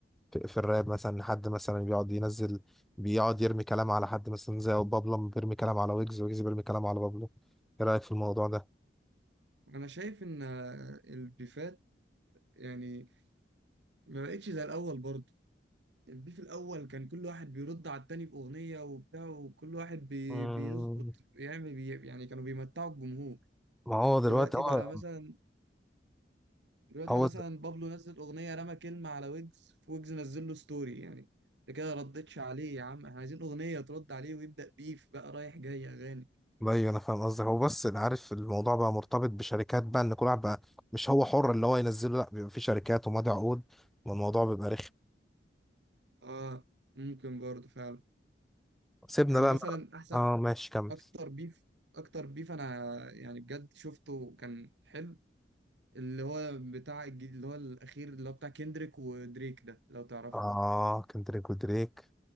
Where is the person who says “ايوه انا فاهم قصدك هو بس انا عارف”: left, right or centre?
Centre